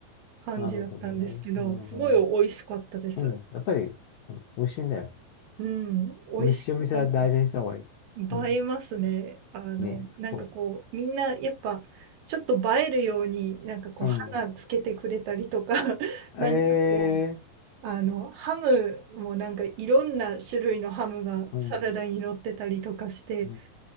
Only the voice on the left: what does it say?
あ、なるほどね。うん。
うん。やっぱり、うん美味しいんだよ。
美味しいお店は大事にした方がいい。
うん。
ね、そうそ
う。うん。
ええ
うん。うん。